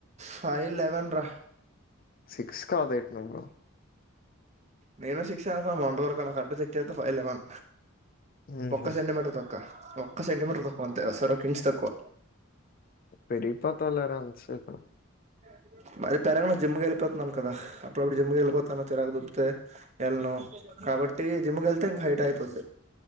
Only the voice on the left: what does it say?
సిక్స్ కాదేటి నువ్వు
ఉహుం.
పెరిగి పొతావులేర ఎంతసేపు